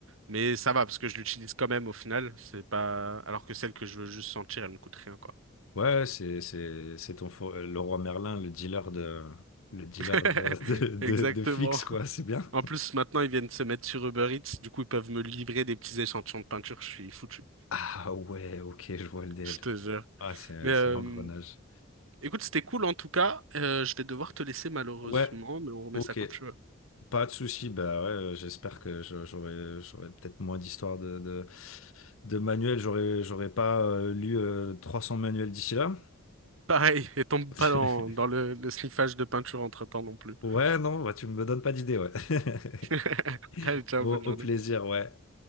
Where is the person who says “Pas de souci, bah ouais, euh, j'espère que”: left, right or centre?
Left